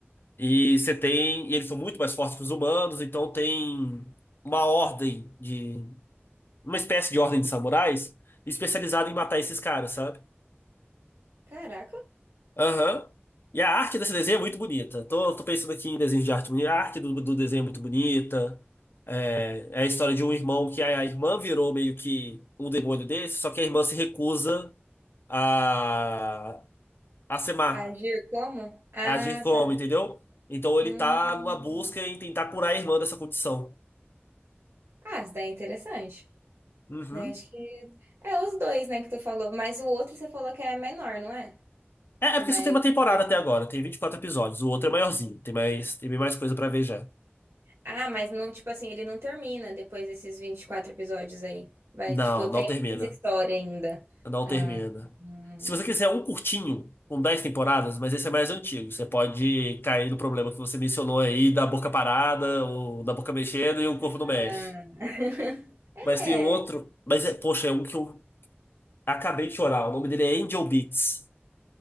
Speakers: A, on the left; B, on the right.
A: E você tem. E eles são muito mais fortes que os humanos, então tem uma ordem de. Uma espécie de ordem de samurais especializada em matar esses caras, sabe?
B: Caraca!
A: Aham. E a arte desse desenho é muito bonita. Tô, tô pensando aqui em desenhos de arte bonita. A arte do, do desenho é muito bonita. É, é a história de um irmão que a, a irmã virou meio que um demônio desse, só que a irmã se recusa a, a ser má,
B: Agir como? Ah,
A: a agir como,
B: tá.
A: entendeu? Então ele
B: Hum.
A: tá numa busca em tentar curar a irmã dessa condição.
B: Ah, isso daí é interessante.
A: Uhum.
B: Daí acho que... É os dois, né, que tu falou. Mas o outro você falou que é menor, não é?
A: É, é
B: O
A: porque
B: mais.
A: só tem uma temporada
B: curtinho.
A: até agora, tem 24 episódios. O outro é maiorzinho, tem mais, tem mais coisa pra ver já.
B: Ah, mas não, tipo assim, ele não termina depois desses 24 episódios aí. Vai,
A: Não,
B: tipo,
A: não
B: tem
A: termina.
B: mais história ainda.
A: Não
B: Ah,
A: termina.
B: hum.
A: Se você quiser um curtinho, com 10 temporadas, mas esse é mais antigo, você pode cair no problema que você mencionou aí, da boca parada, ou da boca mexendo e o corpo não
B: <laughs>
A: mexe. Mas tem
B: É.
A: outro, mas é, poxa, é um que eu acabei de chorar. O nome dele é Angel Beats.